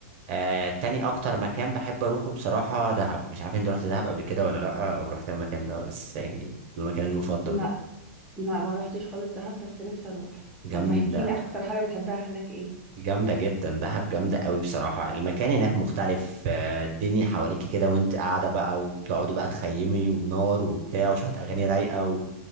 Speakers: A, on the right; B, in the centre.
A: آه تاني اكتر مكان بحب اروحه بصراحه دهب مش عارف انت رحت دهب قبل كده ولا لا او رحت المكان ده ولا بس يعني المكان المفضل
B: لا
A: برضه
B: لا ما رحتش خالص دهب بس نفسي أروح
A: جامده
B: طب احكي لي أكتر حاجة بتحبها هناك إيه؟
A: جامدة جدا دهب جامدة قوي بصراحة المكان هناك مختلف آه، الدنيا حواليكي كده وانت قاعدة بقى وبتقعدوا بقى تخيمي ونار وبتاع وشوية أغاني رايقة